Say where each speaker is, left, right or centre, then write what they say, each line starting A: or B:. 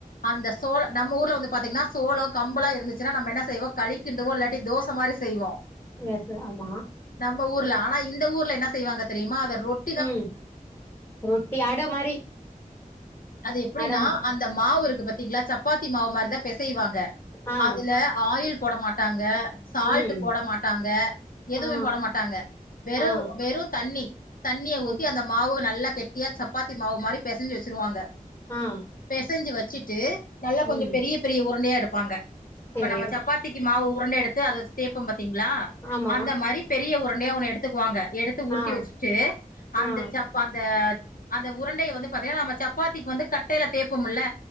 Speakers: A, on the left; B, on the left.
A: அந்த சோள நம்ம ஊர்ல வந்து பாத்தீங்கன்னா சோள கம்பளா இருந்துச்சுன்னா நம்ம என்ன செய்வோ கலிக்கிண்டுவோ இல்லாட்டி தோச மாரி சு செய்வோ
B: எஸ்சு ஆமா
A: நம்ம ஊர்ல ஆனா இந்த ஊர்ல என்னா செய்வாங்க தெரியுமா அத ரோட்
B: ம் ரொட்டி ஆட மாரி
A: அது எப்படின்னா
B: அடம்
A: அந்தப் மாவு இருக்கு பத்தீங்களா சப்பாத்தி மாவு மாரிதா பெசைவாங்க
B: ஆ
A: அதுல ஆயில் போட மாட்டாங்க சால்ட்
B: ம்
A: போட மாட்டாங்க எதுவுமே
B: ஆ
A: போட மாட்டாங்க வெறு
B: ஆ
A: வெறு தண்ணி தண்ணிய ஊத்தி
B: ஓகே
A: அந்தப் மாவு நல்லா கெட்டியா சப்பாத்தி மாவு மாரி பெசஞ்சு வச்சிருவாங்க
B: ஆ
A: பெசஞ்சி வச்சிட்டு நல்லா கொஞ்ச
B: ம்
A: பெரிய பெரிய உருண்டையா எடுப்பாங்க இப்ப
B: சேரி
A: நம்ம சப்பாத் ரொட்டிக்கு மாவு உருண்ட எடுத்து அத வச்சி தேப்பம் பாத்தீங்களா
B: ஆமா
A: அந்த மாரி பெரிய உருண்டையா ஒண்ணு எடுத்துக்குவாங்க எடுத்து உருட்டி
B: ஆ
A: வச்சிட்டு அந்த
B: ஆ
A: சப்பா அந்த அந்த உருண்டைய வந்து பாத்தீங்ன்னா நம்ம சப்பாத்திக்கு வந்து கட்டையில தேப்பம்ல்ல